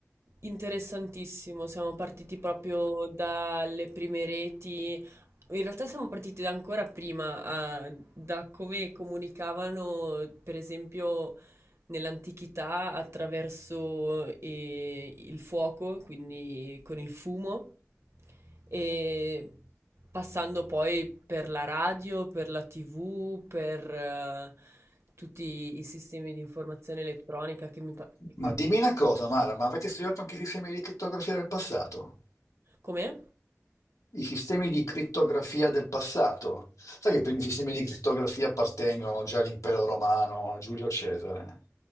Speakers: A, on the right (about 60°); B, on the left (about 85°).
A: interessantissimo. Siamo partiti proprio dalle prime reti. In realtà siamo partiti da ancora prima, ah, da come comunicavano, per esempio, nell'antichità attraverso eh, il fuoco, quindi con il fumo, e passando poi per la radio, per la TV, per eh, tutti i sistemi di informazione elettronica che mi pa- di cui...
B: Ma dimmi una cosa, Mara, ma avete studiato anche i sistemi di crittografia del passato?
A: Com'è?
B: I sistemi di crittografia del passato. Sai che i primi sistemi di crittografia appartengono già all'impero romano, a Giulio Cesare.